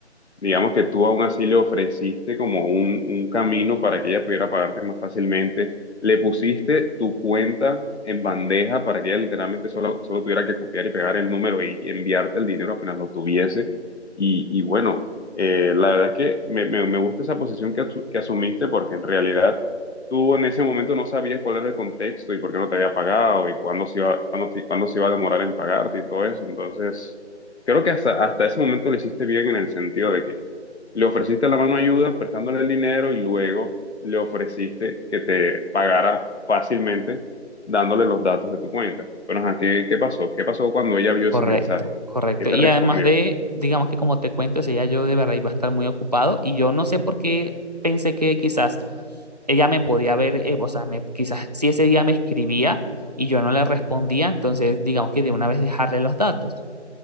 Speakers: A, on the left; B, on the right.
A: digamos que tú aún así le ofreciste como un, un camino para que ella pudiera pagarte más fácilmente, le pusiste tu cuenta en bandeja para que ella literalmente solo, solo tuviera que copiar y pegar el número y, y enviarte el dinero apenas lo tuviese. Y, y bueno, eh, la verdad es que me, me- me gusta esa posición que, asu- que asumiste porque en realidad tú en ese momento no sabías cuál era el contexto y por qué no te había pagado y cuándo se iba, cuándo, te- cuándo se iba a demorar en pagarte y todo eso. Entonces... Creo que hasta, hasta ese momento lo hiciste bien en el sentido de que le ofreciste la mano de ayuda prestándole el dinero y luego le ofreciste que te pagara fácilmente dándole los datos de tu cuenta. Pero, ajá, ¿qué, qué pasó? ¿Qué pasó cuando ella vio
B: Correcto,
A: ese mensaje?
B: correcto.
A: ¿Qué te
B: Y
A: respondió?
B: además de, digamos que como te cuento, o sea, ya yo de verdad iba a estar muy ocupado y yo no sé por qué pensé que quizás ella me podía ver, eh, o sea, me- quizás si ese día me escribía y yo no le respondía, entonces digamos que de una vez dejarle los datos.